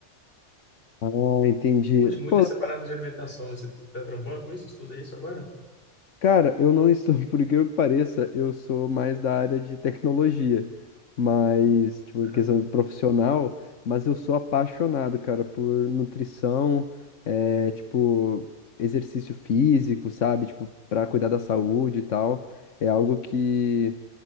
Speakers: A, on the left; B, on the left.
A: Ah, entendi.
B: Curte muito
A: Pô,
B: essa parada de alimentação. né? Você tá trampando com isso? Estuda isso agora?
A: Cara, eu não estou, <laughs> por incrível que pareça, eu sou mais da área de tecnologia, mas, tipo,
B: Caramba.
A: em questão de profissional, mas eu sou apaixonado, cara, por nutrição, é, tipo, exercício físico, sabe? Tipo, pra cuidar da saúde e tal. É algo que